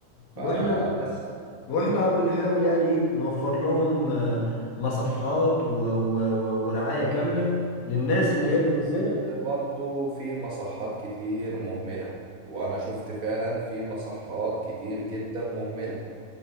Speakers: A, on the right; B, on the left.
A: فبس
B: واحنا واحنا بنحاول يعني ايه نوفر لهم آه، مصحات و... و... و... ورعاية كاملة للناس اللي
A: بس
B: هي مدمنة
A: برضو في مصحات كتير مهملة وأنا شفت فعلا في مصحات كتير جدا مهملة